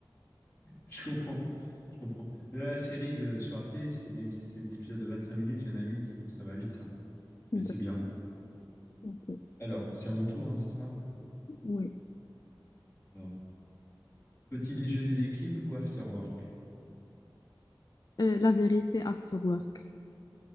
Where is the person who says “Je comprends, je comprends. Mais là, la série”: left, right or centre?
Left